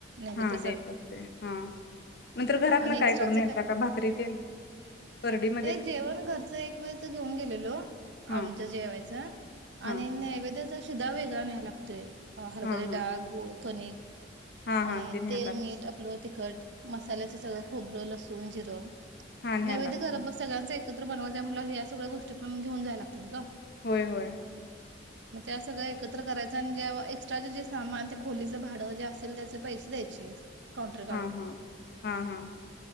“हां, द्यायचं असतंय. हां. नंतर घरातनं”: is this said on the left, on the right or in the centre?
Left